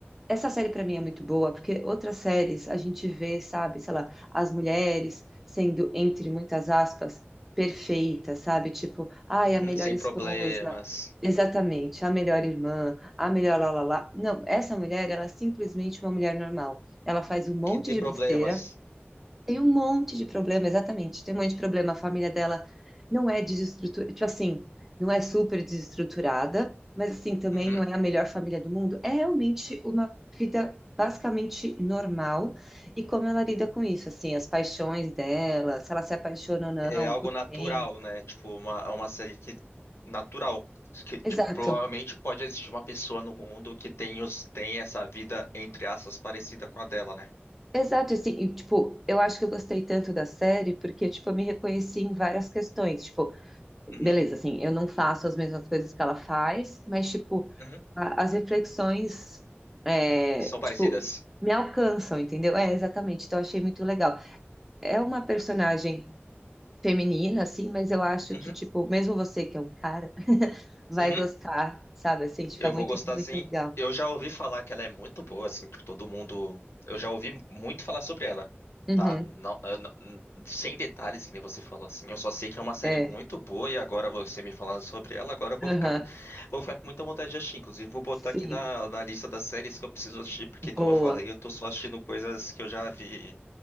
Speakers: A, in the centre; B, on the left (about 75°).
A: essa série pra mim é muito boa, porque outras séries a gente vê, sabe, sei lá, as mulheres sendo, entre muitas aspas, perfeitas, sabe, tipo, ai,
B: Uhum,
A: a melhor
B: sem
A: esposa,
B: problemas.
A: exatamente, a melhor irmã, a melhor lá, lá, lá. Não, essa mulher, ela é simplesmente uma mulher normal. Ela faz um monte
B: Que tem
A: de
B: problemas.
A: besteira, tem um monte de problema, exatamente. Tem um monte de problema. A família dela não é desestruturada, tipo assim, não é super desestruturada, mas assim, também
B: Uhum.
A: não é a melhor família do mundo. É realmente uma vida basicamente normal. E como ela lida com isso, assim, as paixões dela, se ela se apaixona ou não,
B: É algo
A: por
B: natural,
A: quem.
B: né? Tipo, uma, é uma série que natural. Que, tipo,
A: Exato.
B: provavelmente pode existir uma pessoa no mundo que tem, os, tem essa vida, entre aspas, parecida com a dela, né?
A: Exato, assim, e, tipo, eu acho que eu gostei tanto da série porque, tipo, eu me reconheci em várias questões. Tipo,
B: Uhum,
A: Beleza, assim, eu não faço as mesmas coisas que ela faz, mas, tipo,
B: uhum.
A: a- as reflexões, é,
B: São parecidas.
A: tipo, me alcançam, entendeu? É, exatamente, então eu achei muito legal. É uma personagem feminina, assim, mas eu acho
B: Uhum,
A: que, tipo, mesmo você que é um cara, <laughs> vai
B: uhum.
A: gostar, sabe? Assim, tipo,
B: Eu
A: é muito,
B: vou gostar
A: muito
B: sim.
A: legal.
B: Eu já ouvi falar que ela é muito boa, assim, tipo, todo mundo. Eu já ouvi muito falar sobre ela,
A: Uhum,
B: tá? Não, eu não- sem detalhes, que nem você falou, assim. Eu só sei que é uma série
A: é,
B: muito boa e agora você me falando sobre ela, agora eu vou
A: aham,
B: ficar, vou ficar com muita vontade de assistir. Inclusive, vou botar
A: sim,
B: aqui na, na lista das séries que eu preciso assistir, porque,
A: boa,
B: como eu falei, eu tô só assistindo coisas que eu já vi